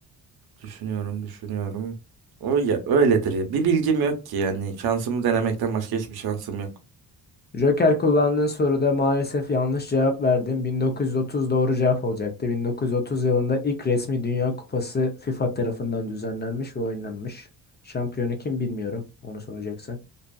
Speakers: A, on the right; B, on the left.
A: düşünüyorum, düşünüyorum. O ya öyledir ya. Bir bilgim yok ki yani şansımı denemekten başka hiçbir şansım yok.
B: Joker kullandığın soruda maalesef yanlış cevap verdin. 1930 doğru cevap olacaktı. 1930 yılında ilk resmi Dünya Kupası FIFA tarafından düzenlenmiş ve oynanmış. Şampiyonu kim bilmiyorum. Onu soracaksın.